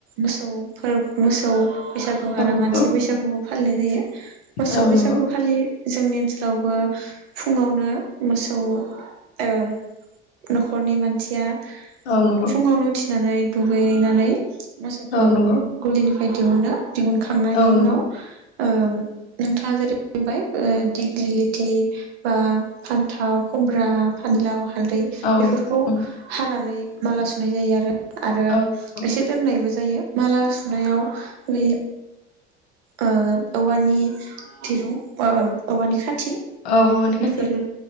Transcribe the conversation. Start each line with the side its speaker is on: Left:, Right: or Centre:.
Right: मोसौफोर मोसौ बैसागु
Left: औ
Right: आरो
Left: नंगौ
Right: मानसि बैसागु फालिनाय जायो मोसौ
Left: औ
Right: बैसागु
Left: नंगौ
Right: खालि जोंनि ओनसोलावबो फुङावनो मोसौ औ न'खरनि मानसिया
Left: औ नंगौ
Right: फुङावनो उथि नानै दुगैनानै मोसौखौ
Left: औ नंगौ
Right: गलिनि बायदि मोनो दिहुनखांनायनि
Left: औ नंगौ
Right: उनाव ओ नोंथाङा जेरैबाय दिग्लिलिथि बा फान्थाव खुमब्रा, फानिलाव हालदै
Left: औ
Right: बेफोरखौ
Left: नंगौ
Right: हानानै माला सुनाय जायो आरो आरो
Left: औ नंगौ
Right: एसे दोननायबो जायो माला सुनायाव बे ओ औवानि दिरुं ओ औवानि खाथि
Left: औ औवानि
Right: बेफोरो
Left: खाथि